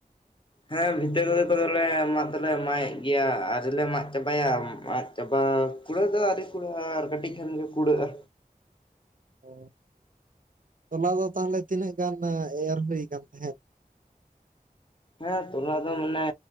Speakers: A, on the left (about 35°); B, on the right (about 60°).
A: ᱦᱮᱸ ᱵᱷᱤᱛᱟᱹ ᱠᱚᱫᱚ ᱫᱚᱞᱮ ᱢᱟᱜ ᱫᱚᱞᱮ ᱢᱟᱭᱮᱫ ᱜᱮᱭᱟ ᱟᱣᱨᱤ ᱞᱮ ᱢᱟᱜ ᱪᱟᱵᱟᱭᱟ ᱢᱟᱜ ᱪᱟᱵᱟ ᱠᱩᱲᱟᱹᱜ ᱫᱚ ᱟᱹᱣᱨᱤ ᱠᱩᱲᱟᱹᱜᱼᱟ ᱟᱨ ᱠᱟᱹᱴᱤᱡ ᱠᱷᱟᱱ ᱜᱮ ᱠᱩᱲᱟᱹᱜ-ᱟ᱾
B: ᱚ ᱛᱚᱞᱟ ᱫᱚ ᱛᱟᱦᱚᱞᱮ ᱛᱤᱱᱟᱹᱜ ᱜᱟᱱ ᱮᱨ ᱦᱩᱭ ᱠᱟᱱ ᱛᱟᱦᱮᱸᱫ?
A: ᱦᱮᱸ ᱛᱚᱞᱟ ᱫᱚ ᱢᱟᱱᱮ